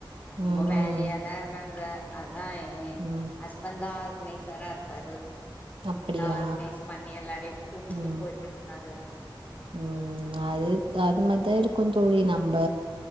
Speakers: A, on the left (about 20°); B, on the right (about 80°).
A: ரொம்ப
B: ம்
A: வேலையாதா
B: ம்
A: இருக்காங்க அதா ஏ
B: ம்
A: ஹஸ் வந்து ஆர்கனைசரா இருக்காரு
B: அப்படியா
A: எல்லா ஆர்கனைஸ் பண்ணி எல்லாரையு கூட்டிட்டு
B: ம்
A: போயிட்டு இருக்காரு
B: ம் அது அது மாதா இருக்கு தோழி நம்ப